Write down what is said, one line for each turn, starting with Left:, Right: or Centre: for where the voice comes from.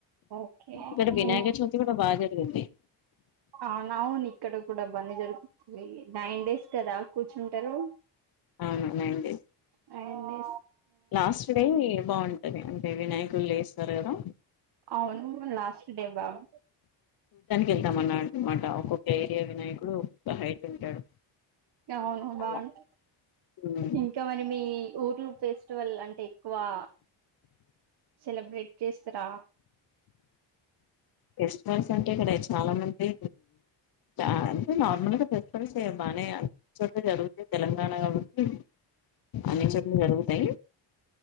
Right: ఓకే అవును
Left: ఇక్కడ వినాయక చవితి కూడా బా జ బి
Right: ఆల్ అవును ఇక్కడ కూడబ్బ అన్ని జరుగు తై నైన్ డేస్ కదా కూ చుంటరూ
Left: అవునండి
Right: హాయ్ అండి
Left: లాస్ట్ డే బాగుం టది అంటే వినాయకులు ఏస్తరు కదా.
Right: అవును లాస్ట్ డే బాగు <inaudible>
Left: వెళ్తాం అన్న మాట ఒక్కొక్క ఏరియా వినాయకుడు ఒక్కొక్క హైట్ ఉంటాడు.
Right: అవును బాగుంట
Left: అలా ఉమ్.
Right: ఇంకా మరి మీ ఊర్లు ఫెస్ట్ వల్ అంటే ఎక్కువా సెలబ్రేట్ చేస్తరా?
Left: ఫెస్టివల్స్ అంటే ఇక్కడ చాలా మంది ఆ అంటే నార్మల్ గా ఫెస్టివల్స్ బానే అన్ని చోట్ల జరుగుతది తెలంగాణ కాబట్టి, అన్ని చోట్ల జరుగు తై